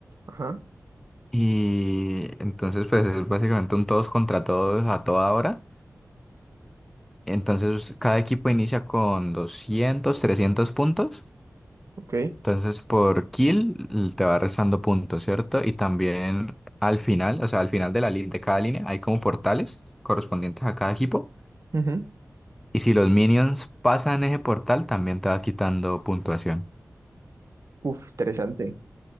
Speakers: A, on the right; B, in the centre.
A: Ajá,
B: Y entonces, pues es básicamente un todos contra todos a toda hora. Entonces, cada equipo inicia con 200 300 puntos.
A: ok.
B: Entonces, por kill l- te va restando puntos, ¿cierto? Y también al final, o sea, al final de la li- de cada línea hay como portales correspondientes a cada equipo.
A: ujú.
B: Y si los minions pasan ese portal, también te va quitando puntuación.
A: Uf, interesante.